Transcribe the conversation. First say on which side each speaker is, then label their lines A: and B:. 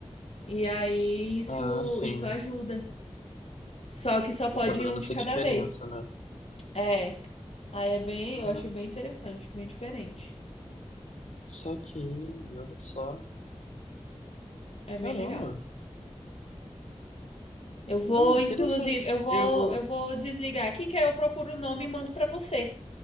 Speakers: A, on the left; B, on the left.
A: E aí isso,
B: Ah, sim.
A: isso ajuda. Só que só pode
B: Acaba
A: ir
B: dando
A: um de
B: essa
A: cada
B: diferença,
A: vez.
B: né?
A: É. Aí é bem,
B: Ah,
A: eu acho bem interessante, bem diferente.
B: Saquei, olha só.
A: É bem
B: Caramba,
A: legal. Eu vou,
B: não, interessante.
A: inclusive, eu vou,
B: Eu vou.
A: eu vou desligar aqui, que aí eu procuro o nome e mando pra você.